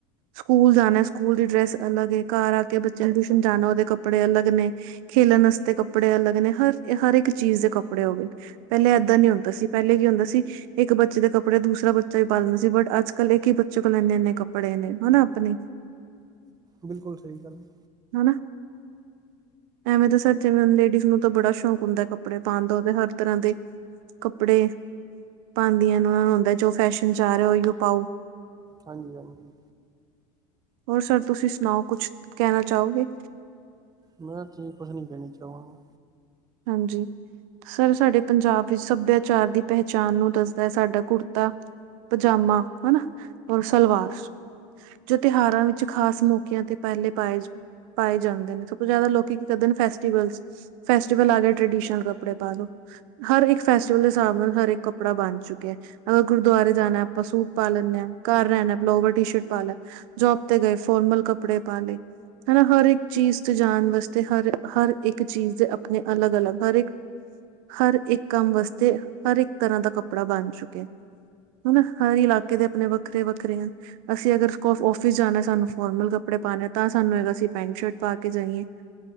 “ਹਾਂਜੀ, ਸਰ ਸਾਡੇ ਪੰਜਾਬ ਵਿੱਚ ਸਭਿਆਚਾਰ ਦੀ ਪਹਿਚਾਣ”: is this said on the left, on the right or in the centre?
Right